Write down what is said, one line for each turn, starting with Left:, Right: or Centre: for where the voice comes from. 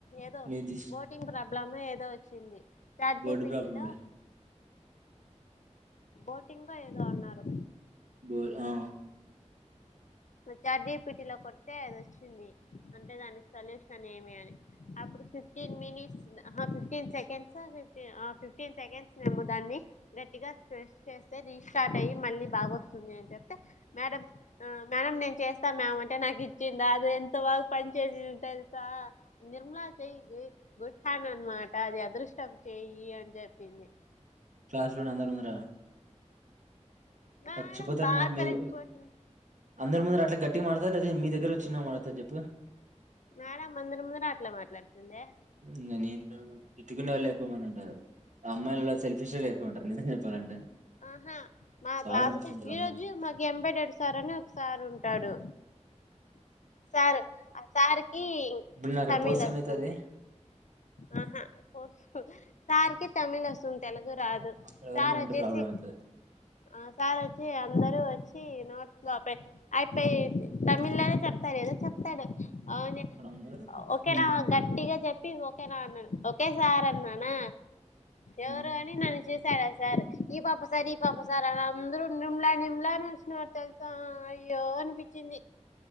Left: ఏదో
Right: మీది
Left: ఓటింగ్ ప్రాబ్లెమో ఇదో వచ్చింది చాట్
Right: బోర్డు
Left: జీపిటి
Right: ప్రాబ్లంలే
Left: ఆహా ఓటింగో ఏదో అన్నారు
Right: బోల్ ఆ
Left: చాట్ జిపిటి లో కొడితే అది వచ్చింది అంటే దానికి సొల్యూషన్ ఏమి అని అప్పుడు ఫిఫ్టీన్ మినిట్స్ ఆహా ఫిఫ్టీన్ సెకండ్సా ఫిఫ్టీ ఆ ఫిఫ్టీన్ సెకండ్స్నేమో దాన్ని గట్టిగా ప్రెస్ చేస్తే రీస్టార్ట్ అయ్యి మళ్ళీ బాగా వస్తుంది అని చెప్తే మేడం ఆ మేడం నేను చేస్తా మేడంటే నాకు ఇచ్చిందా అది ఎంత బాగా పని చేసిందో తెలుసా నిర్మలా చెయి గుడ్ హ్యాండ్ అనమాట అది అదృష్టం చెయి అని చెప్పింది
Right: క్లాసులోనే అందర ముందర
Left: ఆ మేడం
Right: చచ్చిపోతారు
Left: బాగా
Right: మ్యామ్ మీ
Left: కలిసిపోతుంది
Right: ఇగ అందరి ముందరు అట్లా గట్టిగా మాట్లాడతారా లేదా మీ దగ్గర చిన్న మాట చెప్పు
Left: మేడం అందరి ముందర అట్లె మాట్లాడుతుంది ఎందే
Right: ఇగ నిన్ను తిటుకునిల్లో ఎక్కువ మంది ఉంటారు అమ్మాయిలో సెల్ఫిష్ ఓలె ఎక్కువ ఉంటారు నిజం చెప్పాలంటే
Left: ఆహా మా
Right: స్వార్థం
Left: క్లాస్
Right: ఎక్కువ ఉంటారు
Left: ఈ
Right: అమ్మాయిలు
Left: రోజు మాకు ఎబైటడు సార్ అని ఒక సార్ ఉం ఉంటాడు సారు ఆ సార్ కి
Right: ఇప్పుడు నేను అక్కడ
Left: తమిళ
Right: పోస్తే ఏమైతది
Left: వస్తుంది ఆహా పాస్కో సార్ కి తమిళ వస్తుంది తెలుగ గు రాదు
Right: అక్కడ ఎవరైనా
Left: సార్ వచ్చేసి
Right: ఉంటే ప్రాబ్లం అయితది
Left: ఆ సార్ వచ్చి అందరూ వచ్చి నార్త్ లోపే అయిపోయి తమిళ్ లోనే చెప్తారు ఏదో చెప్తాడు అవును
Right: అక్కడ ఉన్నారు.
Left: ఒకే
Right: హ్మ్.
Left: నా గట్టిగా చెప్ప <unintelligible> ఓకేనా అనాడు ఒకే సార్ అన్నానా ఎవరు
Right: హ్మ్.
Left: అని నన్ను చూసి సరే సార్ ఈ పాప సార్ ఈ పాప సార్ అని అందరూ నిర్మలా నిర్మలా అని అరిచారు తెలుసా అయ్యో అనిపించింది